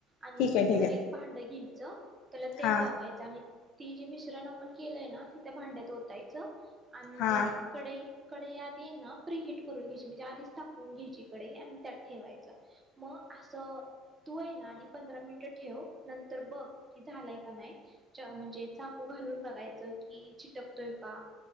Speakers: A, on the right (about 15°); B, on the left (about 65°).
A: आणि
B: ठीक आहे
A: नंतर
B: ठीक आहे
A: एक भांड घ्यायचं त्याला तेल
B: हा
A: लावायचं आणि ती जे मिश्रण आपण केलंय ना ती त्या भांड्यात ओतायचं आणि
B: हा
A: कडईत कडई आत ते ना प्रिहीट करून घ्यायची म्हणजे आधीच तापवून घ्यायची कडई आणि त्यात ठेवायचं मग असं तू हे ना आधी पंधरा मिनिटं ठेव नंतर बघ कि झालाय का नाय म्हणजे चाकू घालून बघायचं कि चिटकतोय का